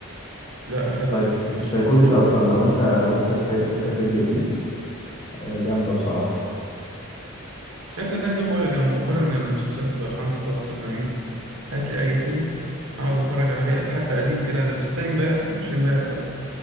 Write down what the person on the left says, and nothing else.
بس
ساي...
سيكولوجي
اكتر لو انت لو انت تحب الكاتيجوري دي آه، جامده بصراحه